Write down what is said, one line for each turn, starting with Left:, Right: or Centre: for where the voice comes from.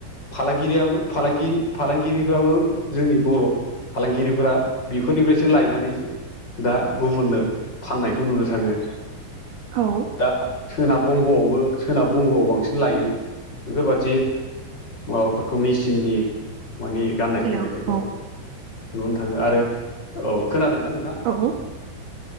Left: फालांगिरियाबो फालांगि फालांगिरिफ्राबो जोंनि बर' फालांगिरिफोरा बेफोरनिफ्रायसो लायनानै दा गुबुननो फाननायखौ नुनो थाङो।
Right: औ।
Left: दा सोनाब बंग'आवबो सोनाब बंग'आव बांसिन लायो बेफोरबादि माबाफोरखौ मेचिननि मानि गाननाय
Right: हेलौ
Left: जोमनायफोरखौ
Right: औ
Left: नुनो थाङो आरो औ खोनादोंना नोंथां?
Right: औ।